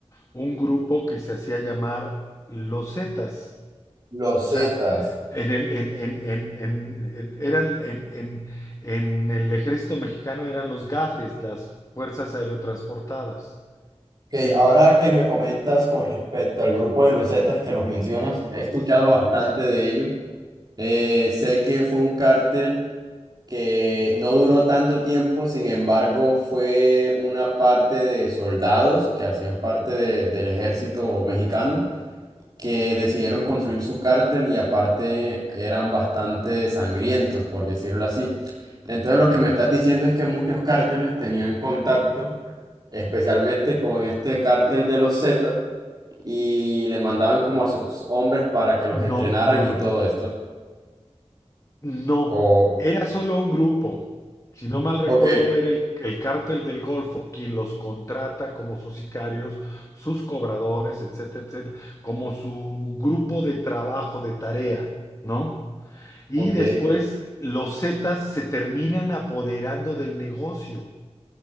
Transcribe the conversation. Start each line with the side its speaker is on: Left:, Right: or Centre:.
Left: un grupo que se hacía llamar los Zetas,
Right: Los
Left: o
Right: Zetas.
Left: sea, en el, en, en, en, en- en- eran, en, en- en el ejército mexicano eran los GAFES, las Fuerzas Aerotransportadas.
Right: Ok,
Left: Sí,
Right: ahora que me comentas con respecto al grupo de los Zetas que los mencionas, he escuchado bastante de ellos. Eh, sé que fue un cártel que no duró tanto tiempo, sin embargo, fue una parte de soldados que hacían parte de- del ejército mexicano. que decidieron construir su cártel y aparte eran bastante sangrientos, por decirlo así. Entonces lo que me estás diciendo es que muchos cárteles tenían contacto, especialmente con este cártel de los Zetas, y le mandaban como a sus hombres para que los
Left: no,
Right: entrenaran
Left: no,
Right: y
Left: no,
Right: todo
Left: no.
Right: esto.
Left: No,
Right: o
Left: era solo un grupo. Si no mal recuerdo,
Right: Ok,
Left: era el, el cártel del Golfo quien los contrata como sus sicarios, sus cobradores, etcétera, etcétera, como su grupo de trabajo, de tarea, ¿no? Y
Right: ok.
Left: después los Zetas se terminan apoderando del negocio